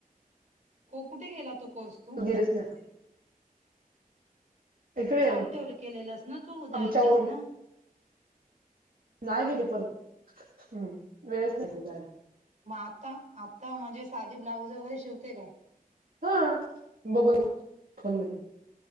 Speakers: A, on the right; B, on the right.
A: कु, कुठे केला तू कोर्स तू?
B: गेलेच ना इकडे
A: चालू ठेवलं केलेलंस ना तू,
B: आमच्या
A: जायचीस
B: ओळी
A: ना?
B: नाय गेली परत, वेळच नाही. परत जायाला
A: म आता, आता म्हणजे साधी ब्लाऊज वगैरे शिवते काय?
B: हा, बघून ब फोन मध्ये